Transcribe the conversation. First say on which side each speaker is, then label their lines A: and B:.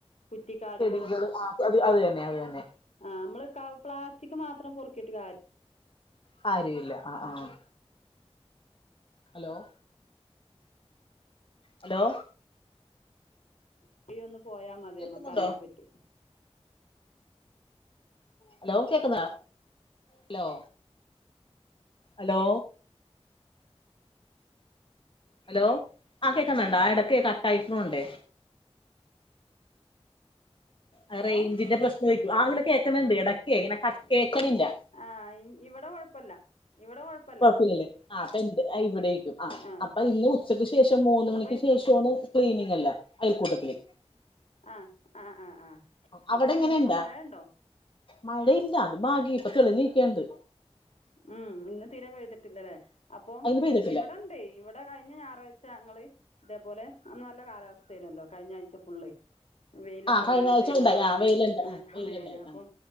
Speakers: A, on the left; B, on the left.
A: കുറ്റിക്കാടുകളും
B: ചെടികള് ആഹ് അത് അത് തന്നെ അത് തന്നെ.
A: ആഹ് നമ്മള് ക പ്ലാസ്റ്റിക് മാത്രം പൊറുക്കിയിട്ട് കാ
B: കാര്യം ഇല്ല, ആഹ് ആഹ് ഹലോ ഹലോ
A: <unintelligible> ഒന്ന് പോയാ മതി
B: കേൾക്കുന്നുണ്ടോ
A: നമ്മക്ക് അറിയാൻ പറ്റും.
B: ഹലോ കേക്കുന്ന ഹലോ ഹലോ ഹലോ ആ കേക്കുന്നുണ്ടാ എടക്ക് കട്ടായിപ്പോണ്ടേ. ആ
A: ഹലോ
B: റേഞ്ചിന്റെ പ്രശ്നം ആയിരിക്കും, ആഹ് ഇങ്ങനെ കേക്കണിണ്ട് എടയ്ക്ക് ഇങ്ങനെ കട് കേൾക്കണില്ല.
A: ആഹ് ഇ ഇവടെ കൊഴപ്പല്ല, ഇവടെ കൊഴപ്
B: കുഴപ്പില്ലല്ലേ ആ അപ്പ എന്റെ ഇവിടേക്കും ആഹ്
A: ആ
B: അപ്പ ഇന്ന് ഉച്ചക്ക് ശേഷം മൂന്ന് മണിക്ക്
A: അപ്പം
B: ശേഷ് <unintelligible> ക്ലീനിങ് അല്ലേ അയൽക്കൂട്ടത്തില്.
A: ആഹ് ആഹ് ആ ആ
B: അവിടെ
A: അപ്പം
B: ഇങ്ങനിണ്ടാ
A: ഇന്ന് മഴ ഉണ്ടോ
B: മഴയില്ല അത് ഭാഗ്യ ഇപ്പ തെളിഞ്ഞീക്കണ്ട്.
A: മ് ഇന്ന് തീരെ പെയിതിട്ടില്ലലേ അപ്പോം
B: അയിന്ന് പെയ്തിട്ടില്ല
A: ഇവിടെണ്ട് ഇവട് ടെ കഴിഞ്ഞ ഞായറാഴ്ച ഞങ്ങള് ഇതേപോലെ അന്ന് നല്ല കാലാവസ്ഥ ആയിനല്ലോ കഴിഞ്ഞയാഴ്ച്ച ഫുള്ള്. വെയിലൊക്കെ
B: ആ കഴിഞ്ഞ
A: വന്നിട്ട്
B: ആഴ്ച
A: നല്ലോണം
B: ഉണ്ടായി ആ
A: ഒണങ്ങി
B: വെയിലുണ്ട്
A: നിക്കുന്ന
B: ആ
A: സമയാനു
B: വെയിലുണ്ടായി
A: അപ്പം
B: ആ